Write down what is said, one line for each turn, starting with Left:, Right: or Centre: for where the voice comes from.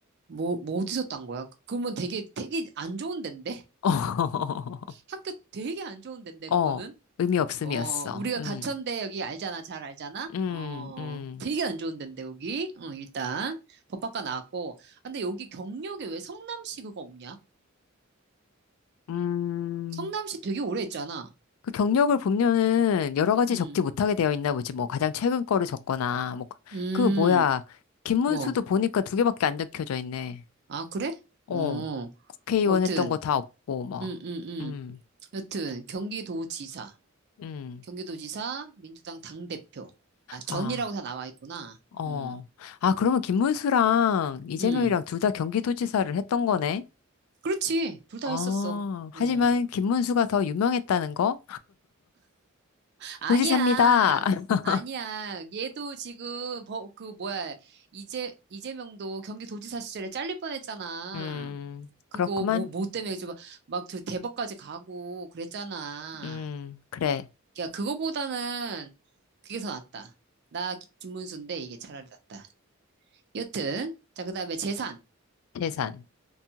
Right: 뭐, 뭐 어디서 딴 거야? 그, 그러면 되게, 되게 안 좋은 데인데?
Left: <laughs>
Right: 학교 되게 안 좋은 데인데, 그거는?
Left: 어, 의미 없음이었어.
Right: 어, 우리가
Left: 음,
Right: 가천대 여기 알잖아, 잘 알잖아?
Left: 음,
Right: 어,
Left: 음,
Right: 되게 안 좋은 데인데, 여기? 어, 일단. 법학과 나왔고. 아, 근데 여기 경력에 왜 성남시 그거 없냐?
Left: 음.
Right: 성남시 되게 오래 했잖아.
Left: 그 경력을 보면은 여러 가지
Right: 음,
Left: 적지 못하게 되어 있나 보지. 뭐 가장 최근 거를 적거나 뭐
Right: 음,
Left: 그 뭐야 김문수도
Right: 뭐.
Left: 보니까 두 개밖에 안 적혀져 있네.
Right: 아, 그래?
Left: 어
Right: 어,
Left: 국회의원
Right: 여튼,
Left: 했던 거 다 없고 뭐
Right: 음, 음, 음.
Left: 음,
Right: 여튼, 경기도지사,
Left: 음,
Right: 경기도지사, 민주당 당대표. 아, 전이라고
Left: 아,
Right: 다 나와 있구나.
Left: 어,
Right: 음.
Left: 아 그러면 김문수랑 이재명이랑
Right: 음,
Left: 둘 다 경기도지사를 했던 거네.
Right: 그렇지. 둘 다
Left: 아
Right: 했었어.
Left: 하지만
Right: 어.
Left: 김문수가 더 유명했다는 거
Right: 아니야.
Left: 도지사입니다. <laughs>
Right: 아니야. 얘도 지금, 버- 그, 뭐야. 이재, 이재명도 경기도지사 시절에 잘릴 뻔했잖아.
Left: 음
Right: 그거,
Left: 그렇구만.
Right: 뭐, 뭐 때문에 막, 저 대법까지 가고 그랬잖아.
Left: 음 그래
Right: 야, 그거보다는 그게 더 낫다. 나 기- 김문수인데 이게 차라리 낫다. 여튼, 자, 그 다음에 재산.
Left: 재산